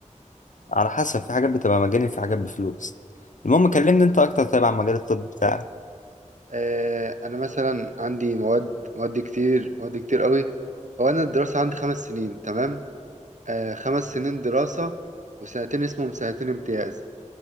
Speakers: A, on the left (about 75°); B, on the right (about 70°).
A: على حسب في حاجات بتبقى مجاني في حاجات بفلوس المهم كلمني انت اكتر طيب عن مجال الطب بتاعك
B: آه، انا مثلا عندي مواد مواد كتير مواد كتير قوي هو انا الدراسه عندي خمس سنين تمام آه، خمس سنين دراسه وسنتين اسمهم سنتين امتياز